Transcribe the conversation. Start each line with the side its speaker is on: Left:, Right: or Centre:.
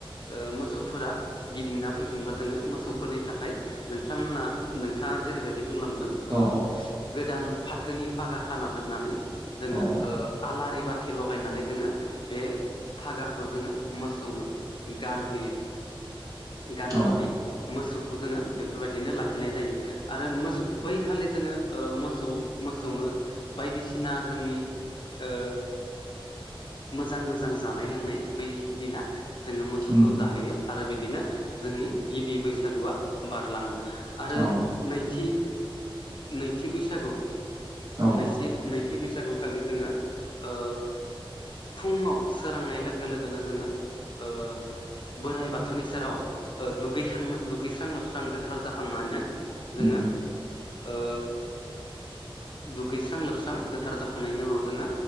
Left: ओ मोसौफोरा गिदिंना फैफिनबा जोंङो मोसौफोरनि थाखाय नोंथांमोना नोंथाङा जेरैबायदि बुंलांदों ओ
Right: औ
Left: गोदान फाथोनि फागा खाना दोननानै जोङो
Right: औ औ
Left: ओ आलारि बाथि लगायनानै जोंङो बे फागा खौ जोंङो मोसौनो गानहोयो, गानहोनानै
Right: औ
Left: मोसौखौ जोनङो बेफोरबायदिनो लाखिनाय जायो आरो मोसौ बैखालि जोंङो ओ मोसौ मोसौनो बायदिसिना जोंनि ओ मोजां मोजां जानाय लोंनाय बै दिना जोंङो मोसौखौ
Right: उम
Left: जाहोयो। आरो बिदिनो जोंनि गिबि बैसागुआ बारलांङो आरो
Right: औ
Left: नैथि नैथि बैसागु
Right: औ
Left: नै नैथि बैसागु खालि जोंङो ओ फुङाव सोरांनाय लोगो लोगोनो जोंङो ओ बोराइ बाथौनि सेराव ओ दुगैखां दुगैस्रां लोबस्रां गोथार जाखांनानै जोंङो
Right: उम
Left: ओ दुगैस्रां लोबस्रां गोथार जाखांनायनि उनाव जोङो